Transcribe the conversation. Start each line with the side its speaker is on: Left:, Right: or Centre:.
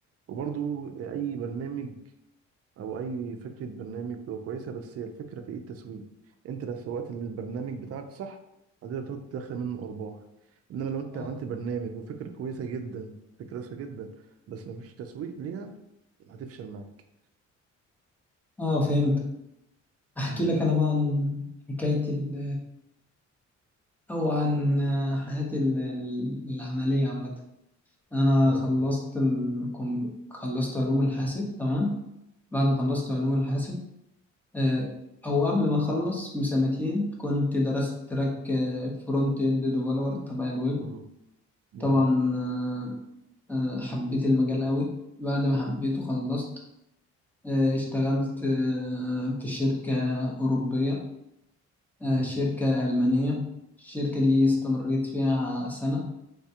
Right: وبرضو اي برنامج او اي فكره برنامج بتبقى كويسه بس هي الفكره في ايه التسويق انت لو سوقت للبرنامج بتاعك صح هتقدر تقعد تدخل منه ارباح انما لو انت
Centre: اه
Right: عملت برنامج وفكره كويسه جدا فكره كويسه جدا بس مفيش تسويق ليها هتفشل معاك
Centre: آه، فهمت احكي
Right: مم.
Centre: لك انا بقى عن حكاية ال او عن حياتي ال- ال- العملية عامة انا
Right: ماشي
Centre: خلصت الكم... خلصت علوم الحاسب تمام بعد ما خلصت علوم الحاسب آه، او قبل ما اخلص بسنتين كنت درست تراك فرونت اند ديفلوبر تبع الويب
Right: مم. مم.
Centre: طبعا آه، آه، حبيت المجال قوي بعد ما حبيته خلصت آه، اشتغلت آه، في شركة أوروبية آه،
Right: مم.
Centre: شركة ألمانية الشركة دي استمريت فيها سنة